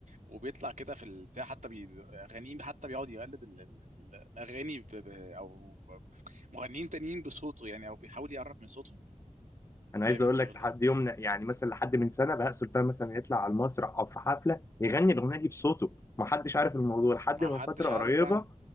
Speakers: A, on the right; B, on the left.
A: وبيطلع كده في البتاع حتى بي... غنيم حتى بيقعد يقلد ال... ال... ال- الاغاني ب... ب... او مغنيين تانيين بصوته يعني او بيحاول يقرب من صوتهم
B: انا عايز
A: جامد
B: اقول
A: ده
B: لك
A: والله
B: لحد يومنا يعني مثلا لحد من سنه بهاء سلطان مثلا يطلع على المسرح او في حفله يغني الاغنيه دي بصوته ما حدش عارف الموضوع لحد
A: ما
B: من
A: حدش
B: فتره
A: عارف
B: قريبه
A: بقى إن-